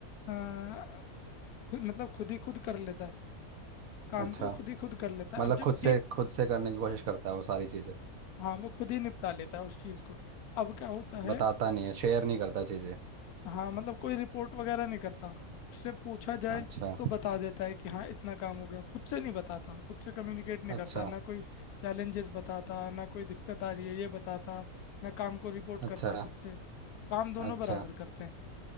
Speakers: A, on the left (about 85°); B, on the right (about 70°).
A: आ, खु- मतलब खुद ही खुद कर लेता है काम
B: अच्छा
A: को खुद ही खुद कर लेता है
B: मतलब
A: अब जब
B: खुद
A: टी
B: से खुद से करने की कोशिश करता है वो सारी चीज़ें
A: हाँ वो खुद ही निपटा लेता है उस चीज़ को अब क्या होता
B: बताता
A: है
B: नहीं है शेयर नहीं करता चीज़ें
A: हाँ मतलब कोई रिपोर्ट वगैरह नहीं करता उससे पूछा जाए
B: अच्छा
A: तो बता देता है कि हाँ इतना काम हो गया खुद से नहीं बताता खुद से कम्युनिकेट नहीं
B: अच्छा
A: करता ना कोई चैलेंजेस बताता ना कोई दिक्कत आ रही है ये बताता ना काम को रिपोर्ट
B: अच्छा
A: करता खुद से काम दोनों
B: अच्छा
A: बराबर करते हैं